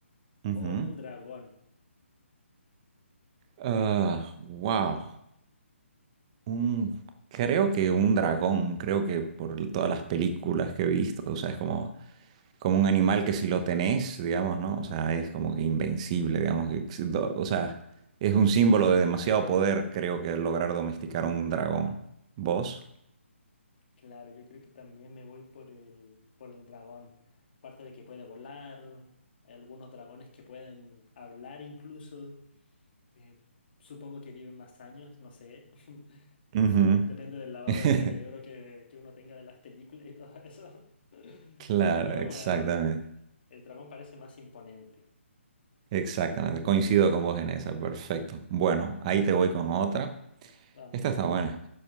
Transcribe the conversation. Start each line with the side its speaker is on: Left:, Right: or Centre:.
Right: Ujú.
Left: ¿O un dragón?
Right: Ah, wow. Un, creo que un dragón, creo que por todas las películas que he visto, o sea, es como, como un animal que si lo tenés, digamos, ¿no? O sea, es como que invencible, digamos, que, si do- o sea, es un símbolo de demasiado poder, creo que lograr domesticar un dragón. ¿Vos?
Left: Claro, yo creo que también me voy por el, por el dragón. Aparte de que puede volar, hay algunos dragones que pueden hablar incluso. Eh, supongo que viven más años, no sé. <laughs> Depende
Right: Ujú.
Left: del lavado
Right: <laughs>
Left: de cerebro que, que uno tenga de las películas y todo eso. <laughs>
Right: Claro,
Left: Pero
Right: exactamente.
Left: bueno, el, el dragón parece más imponente.
Right: Exactamente. Coincido con vos en esa. Perfecto. Bueno, ahí te voy con otra.
Left: Vamos.
Right: Esta está buena.